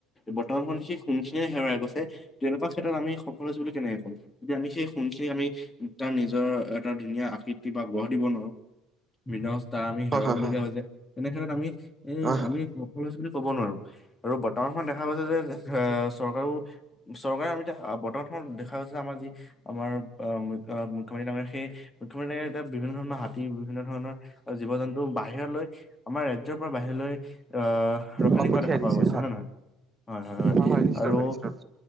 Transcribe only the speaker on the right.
হয়
হয় হয়
হয় হয়
অ পঠিয়াই
দিছে
হয় হয় নিশ্চয়কৈ
নিশ্চয়কৈ